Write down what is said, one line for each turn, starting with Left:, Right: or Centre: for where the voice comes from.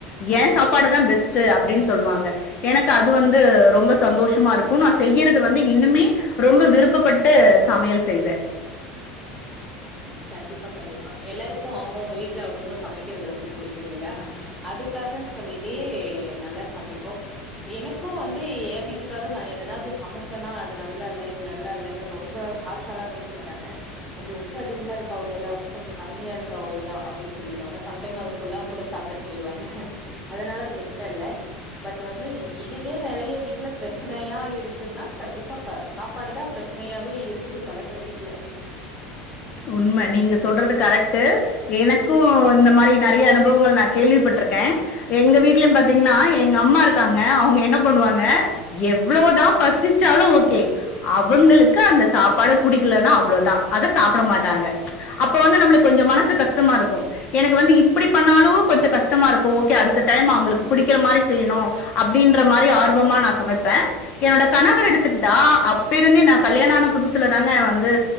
Left: ஏ சாப்பாடு தா பெஸ்ட்டு அப்டின் சொல்வாங்க எனக்கு அது வந்து ரொம்ப சந்தோஷமாருக்கு நா செய்யறது வந்து இன்னுமே ரொம்ப விருப்பப்பட்டு சமையல் செய்வ
Centre: கண்டிப்பா கண்டிப்பா எல்லாருக்கு அவுங்கவுங்க வீட்ல அவுங்கவுங்க சமைக்கிறது ரொம்ப புடிக்கு இல்லையா அதுக்கா காகன் சொல்லிட்டே நல்லா சமைப்போ எனக்கு வந்து ஏ வீட்டுக்காரு நா எதனாது சமச்சோனா அது நல்லால்ல இது நல்லால்லன்னு ரொம்ப ஹார்ஷாலா பேச மாட்டாங்க கொஞ்சோ உப்பு அதிக் அதிகமாருக்கு அவ்ளோதா கொஞ்சோ கம்மியாருக்கு அவ்ளோதா அப்டின் சொல்லிடுவாங்க சம்டைம் அத சொல்லாம கூட சாப்ட்டுட்டு போயிடுவாங்க அதனால பிரச்சன இல்ல பட் வந்து இதுவே நெறைய வீட்ல பிரச்சனையாருக் இருக்குன்னா கண்டிப்பா க சாப்பாடுதா பிரச்சனையாவே இருக்குது பல பேர் வீட்ல
Left: உண்ம நீங்க சொல்றது கரெக்ட்டு எனக்கு இந்த மாறி நெறைய அனுபவங்கள் நா கேள்விப்பட்ருக்க அ எங்க வீட்லயு பாத்திங்ன்னா எங்க அம்மாருக்காங்க அவுங்க என்ன பண்ணுவாங்க எவ்ளோதா பசிச்சாலு ஓக்கே அவுங்ளுக்கு அந்த சாப்பாடு புடிக்கலன்னா அவ்ளோதா அத ஸ் சாப்ட மாட்டாங்க அப்போ வந்து நம்ளுக் கொஞ்சோ மனசு கஷ்டமாருக்கு எனக்கு வந்து இப்டி பண்ணாலு கொஞ்சோ கஷ்டமாருக்கு ஓக்கே அடுத்த டைம் அவுங்ளுக்கு புடிக்கிற மாறி செய்ணு அப்டின்ற மாறி ஆர்வமா நா சமைப்பே என்னோட கணவர் எடுத்துக்குட்டா அப்பேருந்தே நா கல்யாண ஆன புதுசுல தாங்க வந்து